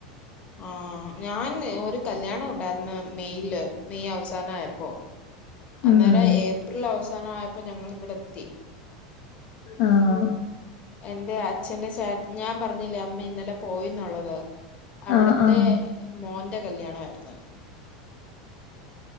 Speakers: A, on the left; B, on the left.
A: ആഹ് ഞാന് ഒരു കല്യാണം ഉണ്ടായിന്ന് മെയയില് മെയ് അവസാനംയപ്പോ. അന്നേരം
B: ഉം
A: ഏപ്രിൽ അവസാനം ആയപ്പോ ഞങ്ങ ഇവിടെ എത്തി.
B: ആഹ്
A: എന്റെ അച്ഛന്റെ ചേ ഞാൻ പറഞ്ഞില്ലേ അമ്മ ഇന്നലെ പോയിന്നുള്ളത്. അവിടുത്തെ
B: ആഹ് ആഹ്
A: മോന്റെ കല്യാണ ആയിരുന്നു.